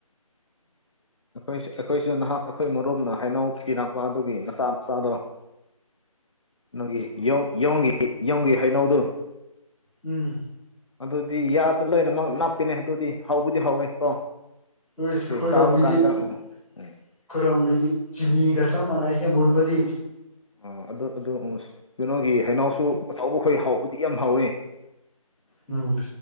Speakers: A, on the left (about 55°); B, in the centre.
A: ꯑꯩꯈꯣꯏ ꯑꯩꯈꯣꯏꯁꯨ ꯅꯍꯥꯛ ꯑꯩꯈꯣꯏ ꯃꯔꯨꯞꯅ ꯍꯩꯅꯧ ꯊꯤꯔꯛꯄ ꯑꯗꯨꯒꯤ ꯃꯆꯥ ꯃꯆꯥꯗꯣ ꯅꯪꯒꯤ ꯌ ꯌꯣꯡꯒꯤ ꯍꯥꯏꯩꯅꯧꯗꯨ
B: ꯎꯝ
A: ꯑꯗꯨꯗꯤ ꯌꯥꯗꯅ ꯂꯣꯏꯅꯃꯛ ꯅꯞꯄꯤꯅꯦ ꯑꯗꯨꯗꯤ ꯍꯧꯕꯗꯤ ꯍꯧꯋꯦ ꯀꯣ
B: ꯑꯩꯈꯣꯏꯔꯣꯝꯒꯤꯗꯤ
A: ꯑꯗꯨꯏ ꯆꯥꯕ ꯀꯥꯟꯗ
B: ꯑꯩꯈꯣꯏꯔꯣꯝꯒꯤꯗꯤ
A: ꯎꯝ ꯎꯝ
B: ꯆꯤꯅꯤꯒ ꯆ ꯃꯅꯥꯁꯤ ꯃꯍꯣꯠ ꯤ
A: ꯑ ꯑ ꯑ ꯀꯩꯅꯣꯒꯤ ꯍꯅꯥꯎꯁꯨ ꯑꯆꯕꯈꯣꯏ ꯍꯥꯎꯕꯗꯤ ꯌꯥꯝ ꯍꯥꯎꯋꯦ
B: ꯎꯝ